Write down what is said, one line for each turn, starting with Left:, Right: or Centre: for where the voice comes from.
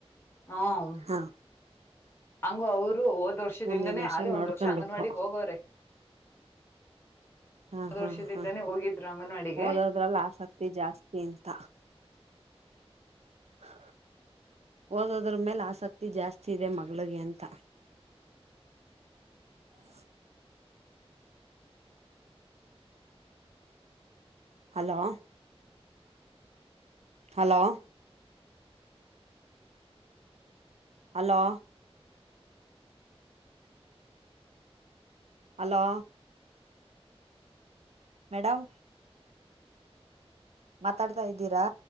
Left: ಹ್ಮ್ಂ
Right: ಹಾ
Left: ಹಂಗು ಅವರು ಹೋದ್ ವರ್ಷದಿಂದನೇ
Right: ಮುಂದಿನ
Left: ಹಾಲೆ
Right: ನೋಡ್ಕೊಬೇಕು
Left: ಒಂದ್ ವರ್ಷ ಅಂಗನವಾಡಿಗೆ ಹೋಗವ್ರೆ.
Right: ಹಾ -ಹಾ-
Left: ವರ್ಷದಿಂದನೇ
Right: ಹಾ
Left: ಹೋಗಿದ್ರು ಅಂಗನವಾಡಿಗೆ
Right: -ಓದೋದ್ರಲ್ಲ ಆಸಕ್ತಿ ಜಾಸ್ತಿ ಅಂತ. ಹ ಓದೋದ್ರ ಮೇಲೆ ಆಸಕ್ತಿ ಜಾಸ್ತಿ ಇದೆ ಮಗಳಿಗೆ ಅಂತ. ಹೂ hello hello hello hello madam ಮಾತಾಡ್ತಾ ಇದ್ದೀರಾ.